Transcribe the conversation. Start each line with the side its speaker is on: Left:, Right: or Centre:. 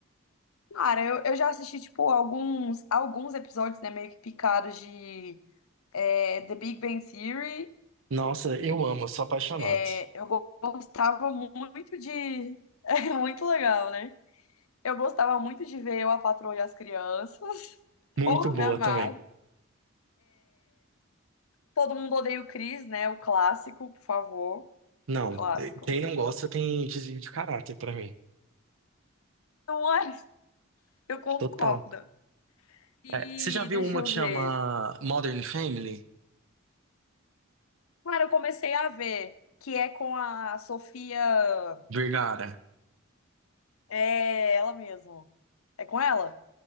Left: Cara, eu, eu já assisti, tipo, alguns, alguns episódios, né, meio que picados de é, The Big Bang Theory
Right: Nossa, eu amo, sou apaixonado.
Left: É, Eu go- gostava muito de. <laughs> É muito legal, né? Eu gostava muito de ver eu, a Patroa e as crianças. <laughs>
Right: Muito
Left: Porra,
Right: boa
Left: me amava.
Right: também.
Left: Todo mundo odeia o Chris, né? O clássico, por favor.
Right: Não,
Left: Clássico.
Right: quem não gosta tem desvio de caráter pra mim.
Left: Não é? Eu concordo.
Right: Total. É,
Left: E
Right: você já viu
Left: deixa
Right: uma
Left: eu
Right: que chama
Left: ver.
Right: Modern Family?
Left: Cara, eu comecei a ver que é com a Sofia.
Right: Vergara.
Left: É ela mesmo. É com ela?